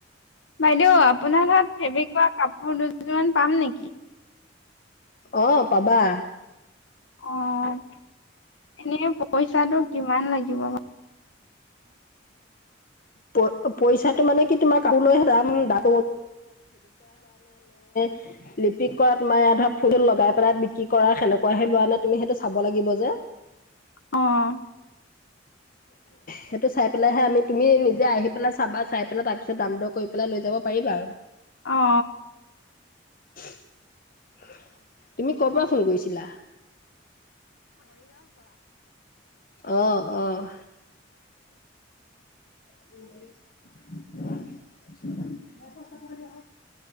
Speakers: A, on the left (about 80°); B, on the left (about 45°).
A: বাইদেউ আপোনাৰ তাত ফেব্ৰিকৰ কাপোৰ দুযোৰমান পাম নেকি?
B: অ' পাবা।
A: অ' এনে পইচাটো কিমান লাগিব?
B: প-পইচাটো মানে কি তোমাৰ কাপোৰলৈহে দাম দাম। <unintelligible> লিপিক কৰা তোমাৰ এয়া ধক ফুল ফুল লগাই পেলাই বিক্ৰী কৰা সেনেকুৱাহে লোৱা নাই, তুমি সেইটো চাব লাগিব যে।
A: অ'।
B: সেইটো চাই পেলাইহে আমি তুমি নিজে আহি পেলাই চাবা, চাই পেলাই তাৰপিছত দাম দৰ কৰি পেলাই, লৈ যাব পাৰিবা আৰু।
A: অ'হ।
B: <inaudible> তুমি কৰ পৰা ফোন কৰিছিলা? অ' অ'। <unintelligible>